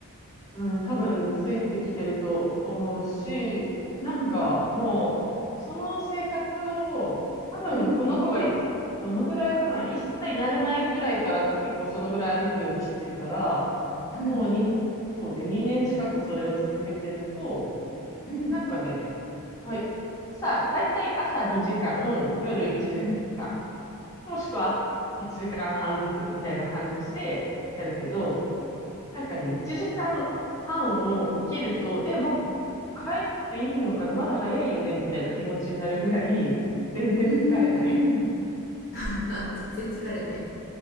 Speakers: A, on the left; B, on the left.
A: うん、多分ついてきてると思うし、
B: うん
A: なんかもう、その生活を、多分この子が
B: うん、
A: どのぐらいかな、1歳になる前ぐらいから結構そのぐらい歩くようにしてるから、
B: うん、
A: もうに、そうね、2年近くそれを続けてると、
B: うん、うん、
A: なんかね、はい。さあ、だいたい朝2時間、夜1時
B: うん、
A: 間、もしくは1時間半ずつみたいな感じでやるけど、なんかね、1時間半を切ると、え、もう帰っていいのかなまだ早いよねみたいな気持ちになるぐらい、全然疲れない。
B: うん、うん。<laughs> 全然疲れない。